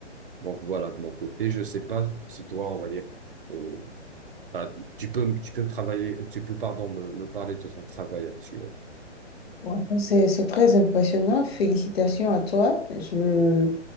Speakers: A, on the right (about 50°); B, on the left (about 60°).
A: Donc voilà, de mon côté, je sais pas si toi, on va dire, euh, bah, tu peux, me- tu peux me travailler, tu peux, pardon, me, me parler de ton travail actuel.
B: Ouais. C'est, c'est très impressionnant. Félicitations à toi. Je,